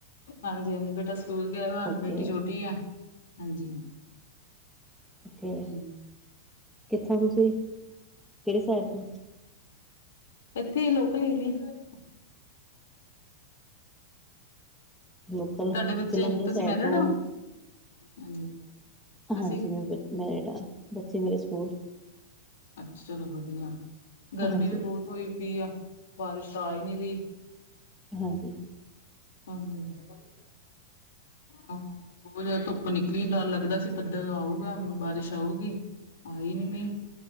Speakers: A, on the left (about 75°); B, in the centre.
A: ਹਾਂਜੀ-ਹਾਂਜੀ ਬੇਟਾ ਸਕੂਲ ਗਿਆ ਵਾ।
B: ਓਕੇ
A: ਬੇਟੀ ਛੋਟੀ ਆ। ਹਾਂਜੀ।
B: ਔਕੇ।
A: ਹੂੰ
B: ਕਿੱਥੋਂ ਤੁਸੀ? ਕੇੜੀ ਸਾਈਡ ਤੋਂ?
A: ਏੱਥੇ ਈ ਲੋਕਲ ਈ ਹੈਗੇ।
B: ਲੋਕਲ
A: ਤੁਆਡੇ ਬੱਚੇ?
B: ਜਲੰਧਰ
A: ਤੁਸੀ
B: ਸਾਈਡ
A: ਮੈਰਿਡ
B: ਤੋਂ
A: ਔ? ਹਾਂਜੀ। ਤੁਸੀਂ
B: ਹਾਂਜੀ ਮੈਂ ਬ ਮੈਰਿਡ ਆਂ। ਬੱਚੇ ਮੇਰੇ ਸਕੂਲ
A: ਅੱਛ, ਚਲੋ ਵਧੀਆ। ਗਰਮੀ
B: ਹਾਂਜੀ
A: ਵੀ ਬੋਤ ਹੋਈ ਪਈ ਆ। ਬਾਰਿਸ਼ ਆ ਈ ਨਈ ਰਈ।
B: ਹਾਂਜੀ।
A: ਹਾਂਜੀ, ਹਾਂ। ਬੋਹੋਤ ਜਿਆਦਾ ਧੁੱਪ ਨਿਕਲੀ ਤਾਂ ਲੱਗਦਾ ਸੀ ਬਦਲ ਆਊਗਾ, ਬਾਰਿਸ਼ ਆਊਗੀ। ਆਈ ਮੀਂਅ।